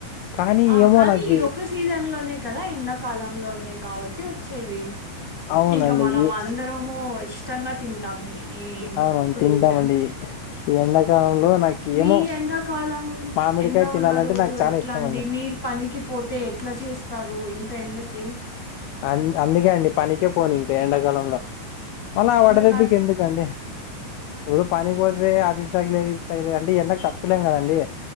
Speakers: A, on the left; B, in the centre.
A: కానీ
B: ఆ
A: ఏమో
B: కానీ
A: నాకి
B: ఇదొక్క సీజన్ లోనే కదా ఎండాకాలంలోనే కాబట్టి ట్టి వచ్చేవి
A: అవునండి
B: ఇంకా మనం
A: ఏ
B: అందరము ఇష్ ఇష్టంగా తింటాము ఈ
A: అవునవును
B: ఫ్రూట్
A: తింటామండి ఈ ఎండాకాలంలో నాకు
B: మీ
A: ఏమో
B: ఎండాకాలం
A: మామిడికాయ
B: ఎండ
A: తినాలంటే
B: ఉన్న రోజు
A: నాకు చాలా
B: ఎట్లా
A: ఇష్టం
B: అండి మీరు పనికి పోతే ఎట్లా చేస్తారు ఇంత ఎండకి
A: అ అందుకే అండి పనికే పోను ఇంకా ఎండాకాలంలో మల్ల అ వడదెబ్బికెందుకండి
B: ఎండాకాలం
A: ఇపుడు పనికి పోతే అది తగిలేది తగలిదు అంటడి ఎండకు తప్పకోలేం కదండి